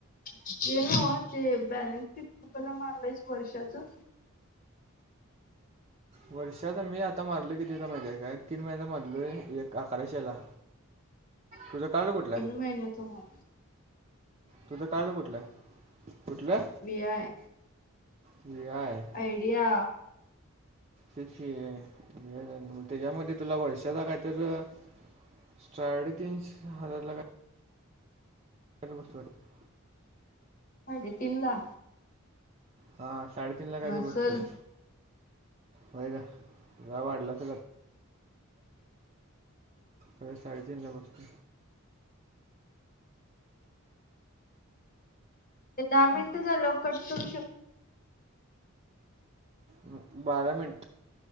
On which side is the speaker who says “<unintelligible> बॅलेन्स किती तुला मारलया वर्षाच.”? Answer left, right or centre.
Left